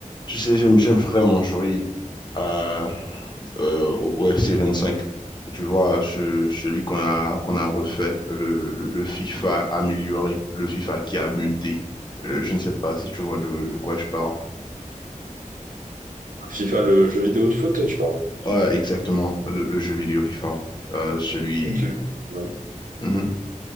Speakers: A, on the left (about 35°); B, on the right (about 80°).
A: Tu sais, j'aime, j'aime vraiment jouer à, euh, au, au FC 25. Tu vois, ce- celui qu'on a, qu'on a refait, le, le- le FIFA amélioré, le FIFA qui a muté. Euh, je ne sais pas si tu vois de, de quoi je parle.
B: FIFA, le jeu vidéo de foot, tu parles?
A: Ouais, exactement, le, le jeu vidéo FIFA. Euh, celui...
B: Ok. Ouais.
A: Mhm.